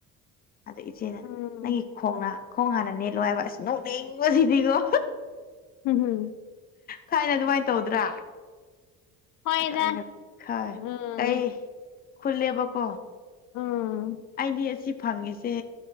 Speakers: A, on the left; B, on the left.
A: ꯑꯗꯨ ꯏꯆꯦꯅ
B: ꯎꯝ
A: ꯅꯪꯒꯤ ꯈꯣꯡꯂ ꯈꯣꯡ ꯍꯥꯟꯅ ꯅꯦꯠꯂꯣ ꯍꯥꯏꯕ ꯑꯁ ꯅꯣꯛꯅꯤꯡꯕ ꯁꯤꯗꯤꯀꯣ
B: <unintelligible>
A: ꯊꯥꯏꯅ ꯑꯗꯨꯃꯥꯏꯅ ꯇꯧꯗ꯭ꯔꯥ
B: ꯍꯣꯏꯗ
A: ꯑꯁ ꯑꯩꯅ ꯈꯔ
B: ꯎꯝ
A: ꯀꯩ ꯈꯨꯜꯂꯦꯕꯀꯣ
B: ꯎꯝ
A: ꯑꯩꯗꯤ ꯐꯪꯉꯤꯁꯦ